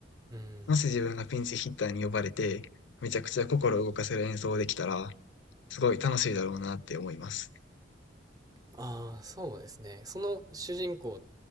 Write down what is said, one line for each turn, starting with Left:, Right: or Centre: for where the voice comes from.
Right: うん。
Left: もし自分がピンチヒッターに呼ばれて、めちゃくちゃ心を動かせる演奏できたら、すごい楽しいだろうなって思います。
Right: ああ、そうですね。その主人公っ